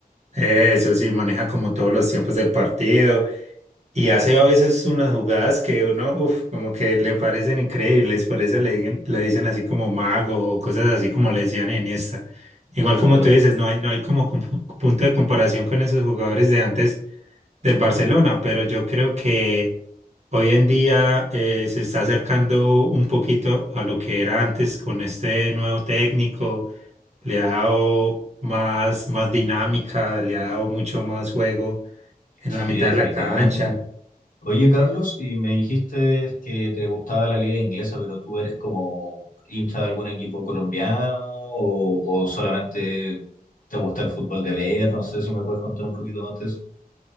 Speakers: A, on the right (about 45°); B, on the left (about 55°).
A: Eso sí, maneja como todos los tiempos del partido Y hace a veces unas jugadas que uno, uff, como que le parecen increíbles, por eso le, digan- le dicen así como mago o cosas así como le decían en esta. Igual como
B: Claro,
A: tú dices, no hay, no hay como compu- punto de comparación con esos jugadores de antes del Barcelona, pero yo creo que hoy en día eh, se está acercando un poquito a lo que era antes con este nuevo técnico, le ha dado más, más dinámica, le ha dado mucho más juego en
B: sí,
A: la mitad
B: definitivamente.
A: de la cancha.
B: Oye, Carlos, y me dijiste que te gustaba la liga inglesa, pero tú eres como hincha de algún equipo colombiano o, o solamente te gusta el fútbol de ver, no sé si me puedes contar un poquito más de eso.